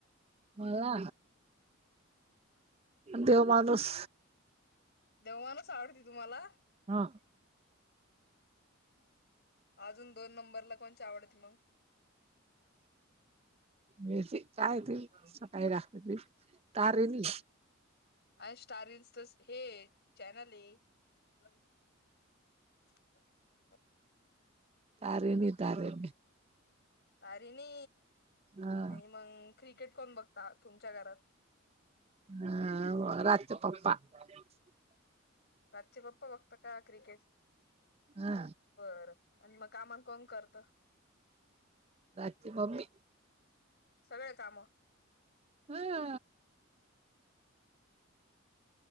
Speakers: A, on the right; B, on the left.
A: मला देव माणूस
B: देव माणुस आवडते तुम्हाला
A: हा
B: अजून दोन नंबरला कोणच आवडत मग?
A: हे ते काय ते सकाळी लागत ते‌ तारीनी
B: आणि स्टारनस तर हे चॅनल आहे <unintelligible>
A: तारे नी तारे नी
B: तारीणी
A: हा
B: आणि मग क्रिकेट कोण बघता तुमच्या घरात?
A: <inaudible>
B: <inaudible> पप्पा बघता का क्रिकेट
A: हा
B: बर आणि मग? काम कोण करत?
A: पार्थची मम्मी
B: सगळे कामं
A: हा